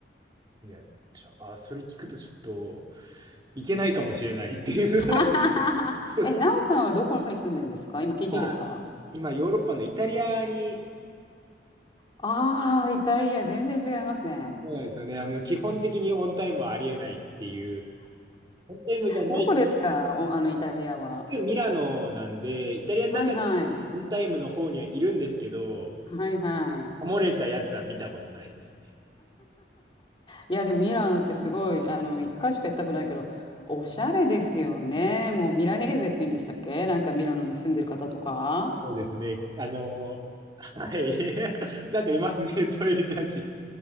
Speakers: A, on the right (about 25°); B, on the left (about 30°).
A: いや、ちょあ、それ聞くとちょっといけないかもしれないっていう。
B: <laughs>
A: <laughs>
B: え、なおさんはどこに住んでるんですか今聞いていいですか
A: はい今、ヨーロッパのイタリアに、
B: ああー、イタリア、全然違いますね。
A: そうなんですよね。あの、基本的にオンタイムはありえないっていう、オンタイムじゃない、
B: どこですかお、あの、イタリアは。
A: 一応ミラノなんで、イタリアの中ではオンタイムの方にはいるんですけど、
B: はいはい。はいはい。
A: 漏れたやつは見たことないですね。
B: いや、でもミラノってすごい、あの、一回しか行ったくないけど、おしゃれですよね。もうミラネーゼって言うんでしたっけなんかミラノに住んでる方とか。
A: そうですね。あの、はい。<laughs> なんかいますね、<laughs> そういう人たち。